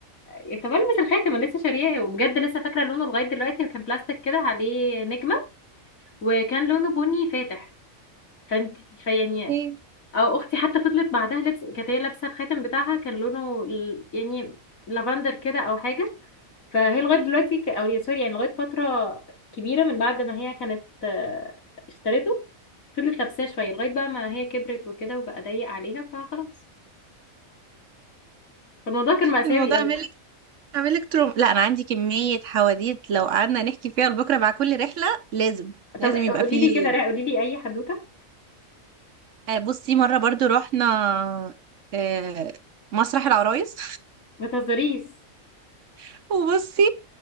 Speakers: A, on the left; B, on the right.
A: إيه، طب البس الخاتم انا لسه شارياه وبجد لسه فاكره لونه لغايه دلوقتي كان بلاستيك كده عليه نجمه وكان لونه بني فاتح فانت فيعني
B: <laughs>
A: او اختي حتى فضلت بعدها لبس كانت هي لابسه الخاتم بتاعها كان لونه ال- يعني لافندر كده او حاجه فهي لغايه دلوقتي ك- او يا سوري يعني لغايه فتره كبيره من بعد ما هي كانت آه، اشترته فضلت لابساه شويه لغايه بقى ما هي كبرت وكده وبقى ضيق عليها فخلاص الموضوع كان مأساوي
B: الموضوع
A: قوي
B: مل اعمل لك تروم لا انا عندي كمية حواديت لو قعدنا نحكي فيها لبكره مع كل رحلة لازم لازم
A: طب قولي
B: يبقى فيه
A: لي كده رايق قولي لي اي حدوته
B: آه، بصي مرة برضو رحنا آه، مسرح العرايس
A: ما تهزريش
B: <laughs> وبصي